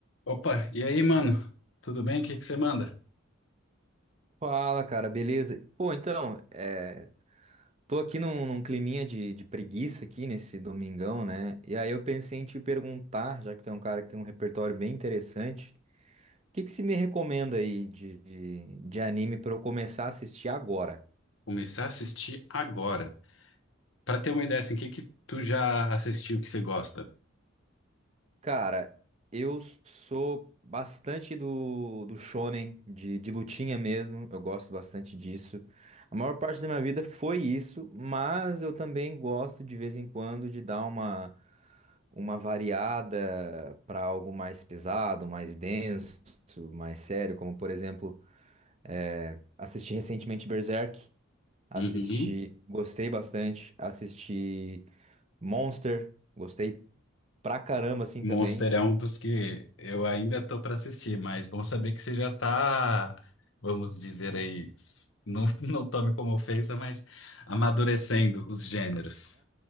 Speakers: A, on the left; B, on the right.
A: Opa, e aí, mano? Tudo bem? O que que você manda?
B: Fala, cara, beleza? Pô, então, é, tô aqui num, num climinha de, de preguiça aqui nesse domingão, né? E aí eu pensei em te perguntar, já que tu é um cara que tem um repertório bem interessante, o que que se me recomenda aí de, de de anime pra eu começar a assistir agora?
A: Começar a assistir agora. Pra ter uma ideia, assim, o que que tu já assistiu que você gosta?
B: Cara, eu sou bastante do, do shonen, de, de lutinha mesmo. Eu gosto bastante disso. A maior parte da minha vida foi isso, mas eu também gosto de vez em quando de dar uma, uma variada para algo mais pesado, mais denso, mais sério, como por exemplo, eh, assisti recentemente Berserk, assisti,
A: Uhum.
B: gostei bastante, assisti Monster, gostei pra caramba assim
A: Monster
B: também.
A: é um dos que eu ainda tô pra assistir, mas bom saber que você já tá, vamos dizer aí, s- não, <laughs> não tome como ofensa, mas amadurecendo os gêneros.